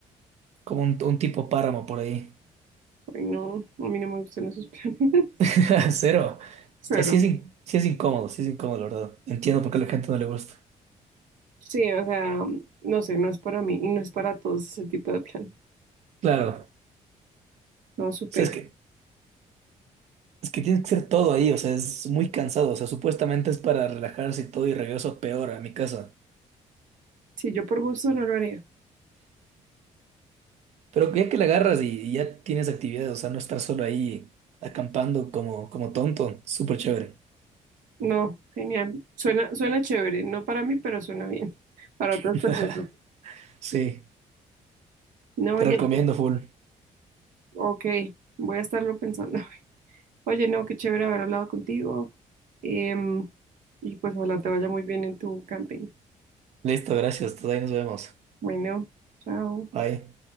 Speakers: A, on the right; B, on the right.
A: como un, un tipo páramo por ahí.
B: Ay, no, a mí no me gustan esos planes.
A: <laughs>
B: <laughs>
A: Cero. O
B: Claro.
A: sea, sí es, in- sí es incómodo, sí es incómodo, la verdad. Entiendo por qué a la gente no le gusta.
B: Sí, o sea, no sé, no es para mí y no es para todos ese tipo de planes.
A: Claro, o
B: No, súper.
A: sea, es que, es que tiene que ser todo ahí, o sea, es muy cansado, o sea, supuestamente es para relajarse y todo y regreso peor a mi casa.
B: Sí, yo por gusto no lo haría.
A: Pero ya que la agarras y, y ya tienes actividades, o sea, no estar solo ahí acampando como, como tonto, súper chévere.
B: No, genial. Suena, suena chévere, no para mí, pero suena bien. <laughs> Para otras
A: <laughs>
B: personas.
A: Sí,
B: No,
A: te
B: oye,
A: recomiendo full.
B: ok, voy a estarlo pensando. Oye, no, qué chévere haber hablado contigo. em, y pues ojalá te vaya muy bien en tu camping.
A: Listo, gracias, entonces ahí nos vemos.
B: Bueno, chao.
A: Bye.